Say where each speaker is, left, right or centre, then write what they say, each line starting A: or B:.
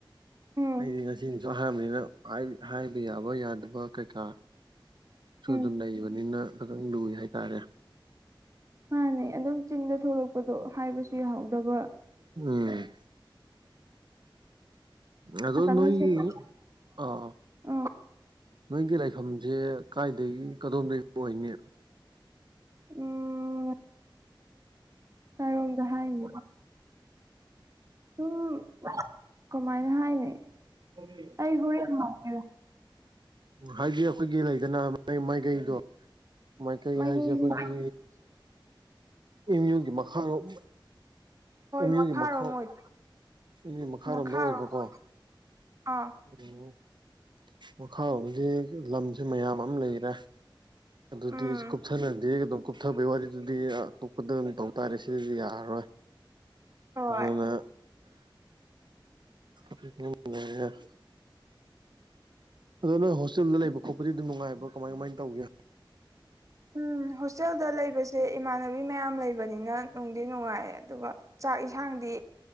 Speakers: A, on the right (about 40°); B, on the right (about 60°).
A: ꯎꯝ
B: ꯑꯩꯗꯤ ꯉꯁꯤꯅꯁꯨ ꯍꯥꯏꯔꯕꯅꯤꯅ ꯍꯥꯏꯕ ꯌꯥꯕ ꯌꯥꯗꯕ ꯀꯩꯀꯥ ꯁꯨ
A: ꯎꯝ
B: ꯑꯗꯨꯝ ꯂꯩꯕꯅꯤꯅ ꯑꯗꯨꯝ ꯂꯨꯏ ꯍꯥꯏꯇꯥꯔꯦ
A: ꯃꯥꯥꯟꯅꯦ ꯑꯗꯨꯝ ꯆꯤꯟꯗ ꯊꯂꯛꯄꯗꯣ ꯍꯥꯏꯕꯁꯨ ꯌꯥꯍꯧꯗꯕ
B: ꯎꯝ ꯑꯗꯣꯅꯣꯏꯒꯤ
A: ꯉꯥꯛꯇꯪꯅ ꯁꯦꯝꯕ
B: ꯑꯥ꯫
A: ꯑꯥ
B: ꯅꯣꯏꯒꯤ ꯂꯥꯏꯐꯝꯁꯦ ꯀꯥꯏꯗꯒꯤ ꯀꯗꯣꯝꯗꯒꯤ ꯑꯣꯏꯅꯤ
A: ꯎꯝ ꯀꯥꯏꯔꯣꯝꯗ ꯍꯥꯏꯅꯤ ꯁꯨꯝ ꯀꯃꯥꯏꯅ ꯍꯥꯏꯅꯤ꯫
B: <unintelligible> <unintelligible>
A: ꯑꯩ ꯍꯣꯔꯦꯟ ꯍꯥꯏꯔꯒꯦ
B: ꯍꯥꯏꯗꯤ ꯑꯈꯣꯏꯒꯤ ꯂꯩꯗꯅ ꯃꯥꯏ ꯃꯥꯏꯒꯩꯗꯣ ꯃꯥꯏꯀꯩ
A: ꯃꯥꯒꯤꯁꯤ
B: ꯍꯥꯏꯁꯦ ꯑꯈꯣꯏꯒꯤ ꯑꯦꯝ ꯌꯨꯒꯤ ꯃꯈꯥꯔꯣꯝ
A: ꯍꯣꯏ
B: ꯑꯦꯝ ꯌꯨꯒꯤ
A: ꯃꯈꯥꯔꯣꯝ
B: ꯃꯈꯥ
A: ꯑꯣꯏ
B: ꯃꯤ ꯃꯈꯥꯔꯣꯝꯗ
A: ꯃꯈꯥꯔꯣꯝ
B: ꯑꯣꯏꯕꯀꯣ
A: ꯑꯣꯏꯗꯨꯏꯕ ꯃꯥꯈꯥꯔꯣꯝ ꯑꯥ
B: ꯎꯝ ꯃꯈꯥꯔꯣꯝꯗꯗꯤ ꯂꯝꯖꯤ ꯃꯌꯥꯝ ꯑꯝ ꯂꯩꯔꯦ ꯑꯗꯨꯗꯤ
A: ꯎꯝ
B: ꯁꯨ ꯀꯨꯨꯞꯊꯅꯗꯤ ꯑꯗꯨꯝ ꯀꯨꯞꯊꯕꯩ ꯋꯥꯔꯤꯗꯨꯗꯤ ꯑꯇꯣꯞꯄꯗ ꯑꯃꯨꯛ ꯇꯧ ꯇꯥꯔꯦ ꯁꯤꯗꯗꯤ ꯌꯥꯔꯔꯣꯏ
A: ꯍꯣꯏ
B: ꯑꯗꯨꯅ <unintelligible> ꯑꯗꯨ ꯅꯣꯏ ꯍꯣꯁꯇꯦꯜꯗ ꯂꯩꯕ ꯈꯣꯠꯄꯗꯤ ꯗꯨꯝ ꯅꯨꯡꯉꯥꯏꯕ꯭ꯔꯣ ꯀꯃꯥꯏ ꯀꯃꯥꯏꯟ ꯇꯧꯒꯦ
A: ꯎꯝ ꯍꯣꯁꯇꯦꯜꯗ ꯂꯩꯕꯁꯦ ꯏꯃꯥꯟꯅꯕꯤ ꯃꯌꯥꯝ ꯂꯩꯕꯅꯤꯅ ꯅꯨꯡꯗꯤ ꯅꯨꯡꯉꯥꯏ ꯑꯗꯨꯒ ꯆꯥꯛ ꯏꯟꯁꯥꯡꯗꯤ